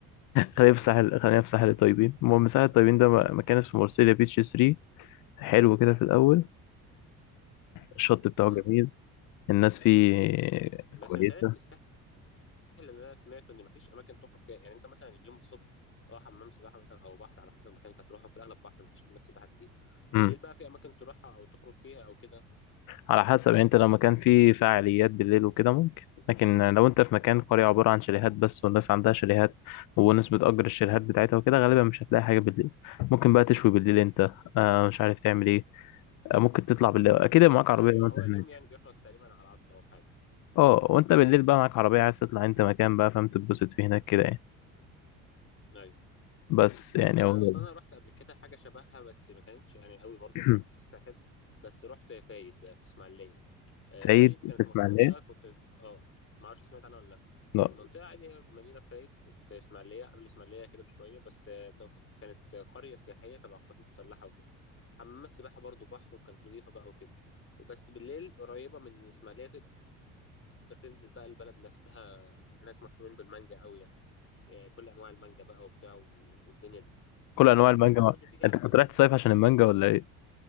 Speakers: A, on the left; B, on the left.
A: خلينا
B: امم
A: في ساحل خلينا في ساحل الطيبين المهم ساحل الطيبين ده م- مكان اسمه مرسيليا بيتش 3 حلو كده في الأول الشط بتاعه
B: امم
A: جميل الناس فيه
B: بس
A: كويسة
B: متهيألي في الساحل اللي انا سمعته ان مفيش اماكن تخرج فيها يعني انت مثلا اليوم الصبح اه حمام سباحة مثلا او بحر على حسب المكان اللي انت هتروحه في الاغلب بحر مفيش حمامات سباحة كتير
A: امم
B: بالليل بقى في اماكن تروحها او تخرج فيها او كده
A: على حسب يعني انت لو مكان فيه فعاليات بالليل وكده ممكن لكن لو انت في مكان قرية عبارة عن شاليهات بس والناس عندها شاليهات والناس بتأجر الشاليهات بتاعتها وكده غالبا مش هتلاقي حاجة بالليل ممكن بقى تشوي بالليل انت آه مش عارف تعمل ايه آه ممكن تطلع بالليل اكيد معاك عربية
B: ايوه
A: لو انت
B: هو
A: هناك
B: اليوم يعني بيخلص تقريبا على العصر او حاجة
A: اه وانت بالليل بقى معاك عربية عايز تطلع انت مكان بقى فاهم تتبسط فيه هناك كده يعني
B: ايوه
A: بس يعني
B: انا
A: هو
B: اصلا
A: ده.
B: انا رحت قبل كده حاجه شبهها بس ما كانتش يعني قوي برضو
A: <clears throat>
B: ما رحتش الساحل بس رحت فايد آه، في اسماعيليه آه،
A: سعيد
B: فايد كانت
A: في اسماعيلية
B: م- كمنطقه كنت اه ما اعرفش سمعت عنها ولا لا
A: لا
B: منطقه عاديه مدينه فايد في اسماعيليه قبل اسماعيليه كده بشويه بس آه، تو- كنت- كانت قريه سياحيه تبع القوات المسلحه وكده حمامات سباحه برضو بحر وكانت نظيفه بقى وكده وبس بالليل قريبه من اسماعيليه تقدر تنزل بقى البلد نفسها هناك مشهورين بالمانجا قوي يعني آه، كل انواع المانجا بقى وبتاع والدنيا دي
A: كل انواع
B: بس
A: المانجا
B: كانت
A: ما.
B: برضو تيجي
A: انت
B: على
A: كنت
B: بالليل
A: رايح تصيف عشان المانجا ولا ايه